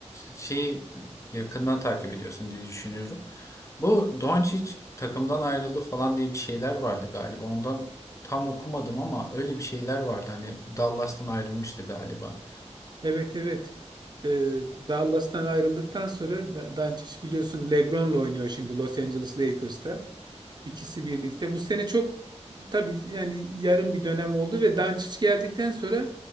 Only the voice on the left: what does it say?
şeyi yakından takip ediyorsun diye düşünüyorum. Bu Doncic takımdan ayrıldı falan diye bir şeyler vardı galiba. Ondan tam okumadım ama öyle bir şeyler vardı. Hani Dallas'tan ayrılmıştı galiba.